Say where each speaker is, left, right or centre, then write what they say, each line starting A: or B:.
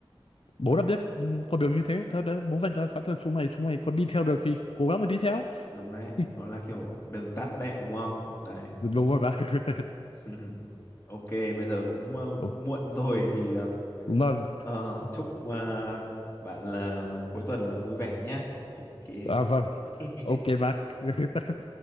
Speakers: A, on the left; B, on the left.
A: bố đã biết ừ, con đường như thế thôi đấy bố vạch ra sẵn cho chúng mày chúng mày còn đi theo được thì cố gắng mà đi theo
B: đúng đấy
A: <laughs>
B: nó là kiểu đường tắt đấy đúng không đấy
A: đúng rồi bác <laughs>
B: <laughs> ok bây giờ cũng ờ,
A: Ồ,
B: muộn rồi thì ờ,
A: vâng
B: ờ, chúc ờ, bạn là cuối tuần là vui vẻ nhá ok
A: à, vâng
B: <laughs>
A: ok bác <laughs>